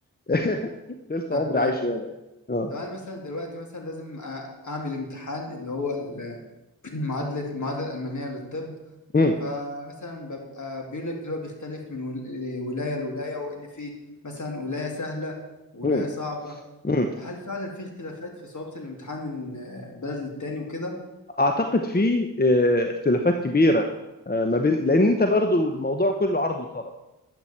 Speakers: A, on the left; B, on the left.
A: <laughs> تلت
B: طب
A: عمري عايش هنا يعني اه
B: طب أنا مثلا دلوقتي مثلا لازم أ- أعمل امتحان اللي هو ال- <clears throat> معادلة المعادلة الألمانية للطب
A: مم.
B: فمثلا ببقى بيقول لك اللي هو بيختلف من ول- ولاية لولاية وإن في مثلا ولاية سهلة ولاية
A: مم.
B: صعبة
A: مم.
B: هل فعلا في اختلافات في صعوبة الامتحان من آه، بلد للتاني وكده؟
A: اعتقد في آه، اختلافات كبيره آه، ما بين لان انت برضو الموضوع كله عرض وطلب